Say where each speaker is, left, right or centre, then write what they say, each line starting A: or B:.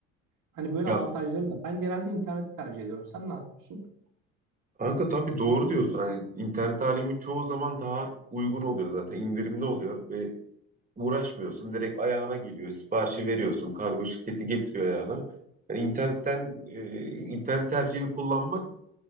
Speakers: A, on the right; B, on the right.
A: Hani böyle
B: Ya
A: avantajları var. Ben genelde interneti tercih ediyorum. Sen ne yapıyorsun?
B: Kanka tabii doğru diyorsun. Hani internet alemi çoğu zaman daha uygun oluyor zaten indirimli oluyor ve uğraşmıyorsun. Direkt ayağına geliyor. Siparişi veriyorsun. Kargo şirketi getiriyor ayağına. Yani internetten e, internet tercihini kullanmak